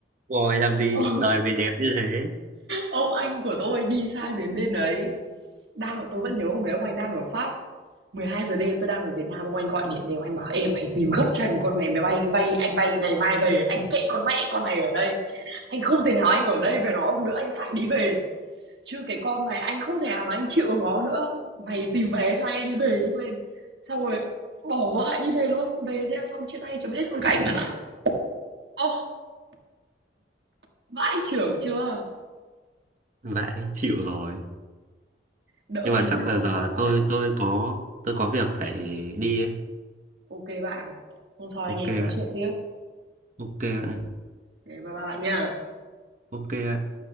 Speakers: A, on the right; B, on the right.
A: Rồi làm gì
B: Ờ,
A: đời làm gì đẹp như thế.
B: ông anh của tôi đi sang đến bên đấy, đang tôi vẫn nhớ hôm đấy ông anh đang ở Pháp, mười hai giờ đêm tôi đang ở Việt Nam, ông anh gọi điện về ông anh bảo: em mày tìm gấp cho anh một con vé máy bay bay anh bay ngày mai về, anh kệ con mẹ con này ở đây. Anh không thể nào anh ở đây với nó nữa, anh phải đi về." Chứ cái con này anh không thể nào mà anh chịu được nó nữa. Mày tìm vé cho anh anh đi về nhanh lên. Xong rồi bỏ vợ lại đi về luôn. Về thế là xong chia tay chấm hết con cảnh bạn ạ. Ô, vãi trưởng chưa?
A: Vậy chịu rồi.
B: Đỡ
A: Nhưng mà
B: thế
A: chắc
B: nào
A: là
B: rồi
A: giờ
B: mà các bạn.
A: tôi tôi có tôi có việc phải đi ấy.
B: Ok bạn. Hôm sau anh
A: ok
B: em nói
A: bạn
B: chuyện tiếp.
A: ok bạn này,
B: Ngày bye bye bạn nha.
A: ok bạn